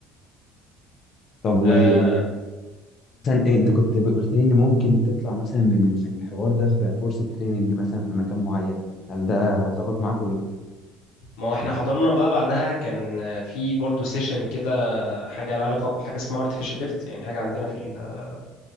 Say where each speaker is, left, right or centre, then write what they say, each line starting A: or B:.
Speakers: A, on the left (about 40°); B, on the left (about 85°).
A: طب ومثلا
B: آه
A: إيه انت كنت قلت لي ان ممكن تطلع مثلا من من الحوار ده بفرصه تريننج مثلا في مكان معين هل ده ظبط معاك
B: ما هو احنا حضرنا بقى بعدها كان في برضه سيشن كده حاجة لها علاقة بحاجة اسمها artificial lift يعني حاجة عندنا في, ال-